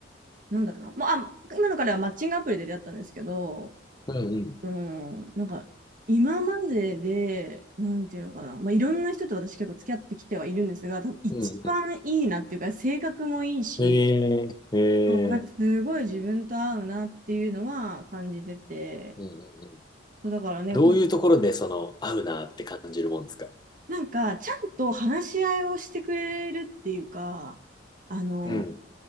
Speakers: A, on the right; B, on the left.
A: なんだろうな、まあ、あ今の彼はマッチングアプリで出会ったんですけど、
B: うんうん。
A: うん、なんか、今までで、なんていうのかな、まあ、いろんな人と私結構付き合ってきてはいるんですが、多分一番いいなっていうか、
B: うんうん。
A: 性格もいいし、
B: ええ。ええ。
A: そうなんかすごい自分と合うなっていうのは感じてて、
B: うんうん
A: そうだからね、
B: どういうところでその、
A: こう
B: 合うなって感じるもんですか
A: なんかちゃんと話し合いをしてくれるっていうか、あの
B: うん。